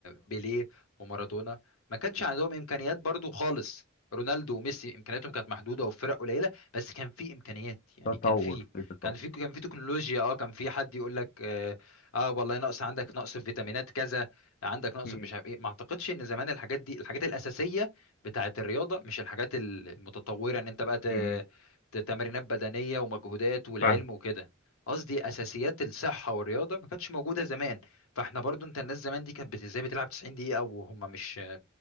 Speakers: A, on the left (about 80°); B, on the left (about 45°).
A: بيليه ومارادونا ما كانش عندهم امكانيات برضو خالص رونالدو وميسي امكانياتهم كانت محدوده وفرق قليله بس كان في امكانيات يعني
B: فتطور
A: كان في
B: في تطور
A: كان في كان في تكنولوجيا اه كان في حد يقول لك اه, آه والله نقص عندك نقص في فيتامينات كذا عندك نقص
B: مم.
A: في مش عارف ايه ما اعتقدش ان زمان الحاجات دي الحاجات الاساسيه بتاعة الرياضة مش الحاجات المتطورة ان انت بقى ت-
B: مم.
A: ت- تمرينات بدنية ومجهودات والعلم
B: فاهم
A: وكده قصدي اساسيات الصحة والرياضة ما كانتش موجودة زمان فاحنا برضو انت الناس زمان دي كانت بت- ازاي بتلعب 90 دقيقة وهم مش